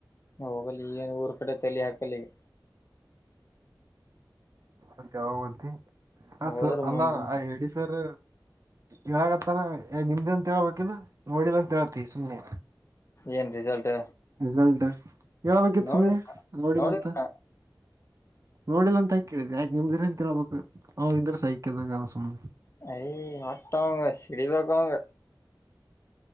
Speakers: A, on the left (about 35°); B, on the right (about 45°).
A: ಹೋಗಲಿ ಈಏನು ಊರ್ ಕಡೆ ತಲಿ ಹಾಕಲ್ಲ ಈವಾಗ್
B: ಮತ್ತ ಯಾವಾಗಂತಿ ಹ
A: ಹೋದ್ರ
B: ಸ ಅಲ್ಲಾ
A: ಮುಂದಿನ್
B: ಎಡಿಸರ್ ಹೇಳಗತ್ತಾರ ನಿಮ್ದ ಅಂತ ಹೆಳ್ಬೇಕಿಲ್ಲ ನೋಡಿದಂತಂತೇಳ್ತಿ ಸುಮ್ನೆ
A: ಏನ್ ರಿಸಲ್ಟ್
B: ರಿಸಲ್ಟ್ ಹೇಳ್ಬೇಕಿತ್ತು
A: ನೋಡಿಲ್
B: ಸುಮ್ನೆ ನೋಡಿನಂತ
A: ನೋಡಿಲ್ಲ
B: ನೋಡಿಲ್ಲ ಅಂತ ಆ ಕೇಳಿದ್ ಆಯ್ತ ನಿಮ್ದಿರ ಅಂತಬೇಕು ಅವ್ ಇದ್ರ ಸಹಕಿದಂಗಲ್ಲ ಸುಮ್
A: ಐ ವಟ್ಟ ಸಿಡಿ ಬಕ ಅವಂಗ